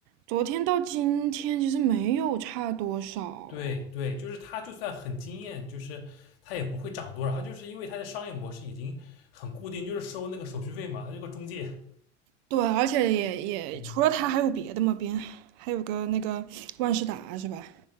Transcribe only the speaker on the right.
昨天到今天其实没有差多少，
对，而且也也除了它还有别的吗？
边还有个那个万事达是吧？